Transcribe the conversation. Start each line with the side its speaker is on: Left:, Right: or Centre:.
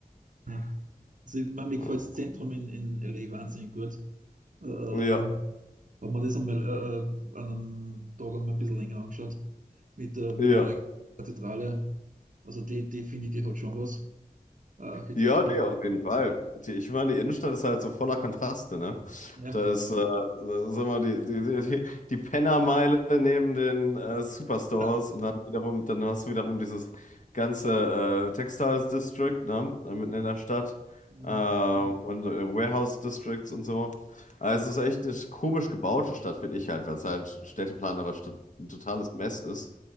Right: ja. Also, ich meine, mir gefällt
Left: Ja,
Right: das Zentrum in, in LA wahnsinnig gut. Äh, Ähm,
Left: ja,
Right: haben wir das einmal äh, äh, an einem Tag einmal ein bisschen länger angeschaut mit, der- mit
Left: ja.
Right: der neuen Kathedrale. Also die, die finde ich, die hat schon was, äh, architektonisch.
Left: Ja, nee, auf jeden Fall. Die, ich meine, die Innenstadt ist halt so voller Kontraste, ne?
Right: Ja.
Left: Da ist, äh, sag mal, die, die, die, die die Pennermeile neben den äh, Superstores
Right: ja.
Left: und dann wiederum, dann hast du wiederum dieses ganze äh, Textiles District, ne? Da Mitten in der Stadt.
Right: Mhm.
Left: Ähm, und äh, Warehouse Districts und so. Also es ist echt eine komisch gebaute Stadt, finde ich halt, weil es halt städteplanerisch t- ein totales Mess ist.